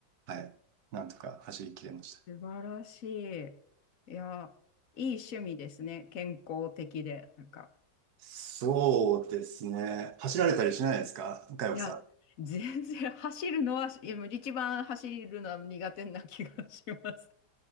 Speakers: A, on the right; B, on the left.
A: はい。なんとか走り切れました。
B: 素晴らしい。いや、いい趣味ですね。健康的で。なんか。
A: そうですね。走られたりしないですか佳代子さん。
B: いや、全然走るのは、いや、もう一番走るのは苦手な気がします。